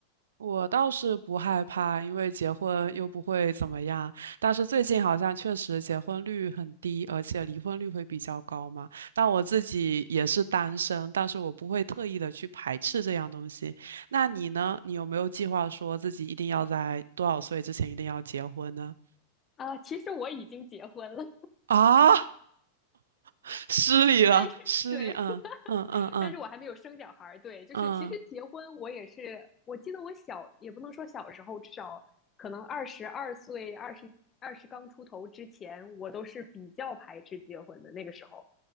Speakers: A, on the right (about 65°); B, on the left (about 25°).
A: 我倒是不害怕，因为结婚又不会怎么样。但是最近好像确实结婚率很低，而且离婚率会比较高嘛。但我自己也是单身，但是我不会特意的去排斥这样东西。那你呢？你有没有计划说自己一定要在多少岁之前一定要结婚呢？
B: 啊，其实我已经结婚了，
A: 啊，<laughs> 失礼了，
B: 但是对，
A: 失礼，嗯嗯嗯嗯
B: 但是我还没有生小孩儿。对，就是其实结婚我也是，
A: 嗯，
B: 我记得我小也不能说小时候，至少可能二十二岁、二十二十刚出头之前，我都是比较排斥结婚的那个时候，